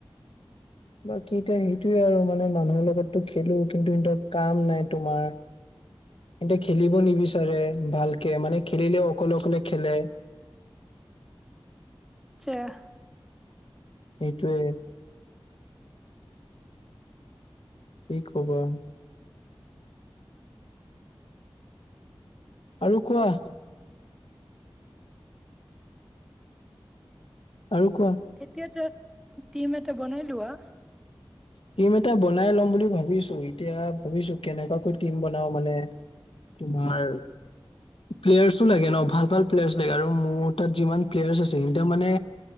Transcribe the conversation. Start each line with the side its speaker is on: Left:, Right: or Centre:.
Left: বাকী এতিয়া সেইটোৱে আৰু মানে মানুহৰ লগতো খেলো কিন্তু সিহঁতৰ কাম নাই তোমাৰ সিহঁতে খেলিব নিবিচাৰে ভালকে মানে খেলিলেও অকলে অকলে খেলে।
Centre: সেয়া
Left: এইটোৱে? কি খবৰ আৰু কোৱা আৰু কোৱা
Centre: এতিয়াটো? টিম এটা বনাই লোৱা।
Left: টিম এটা বনাই লম বুলি ভাবিছো এতিয়া ভাবিছো কেনেকোৱাকৈ টিম বনাও মানে তোমাৰ প্লেয়াৰছো লাগে ন ভাল ভাল প্লেয়াৰ্চ লাগে আৰু মোৰ তাত যিমান প্লেয়াৰ্চ আছে সেইকেইটা মানে